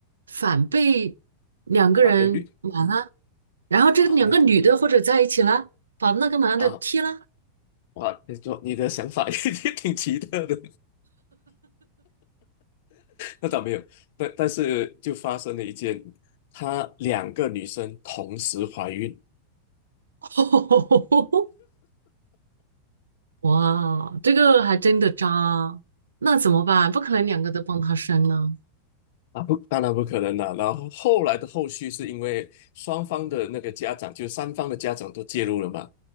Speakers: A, on the right; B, on the left.
A: 反被两个人瞒了，
B: 反被绿
A: 然后这两个女的或者在一起了，
B: 啊，那。
A: 把那个男的踢了，
B: 啊，哇，你说你的想法也 <laughs> 也挺奇特的，那倒没有，但但是就发生了一件，她两个女生同时怀孕
A: <laughs> 哇，这个还真的渣，那怎么办？不可能两个都帮他生呢。
B: 啊，不，当然不可能了。然后后来的后续是因为双方的那个家长，就三方的家长都介入了嘛，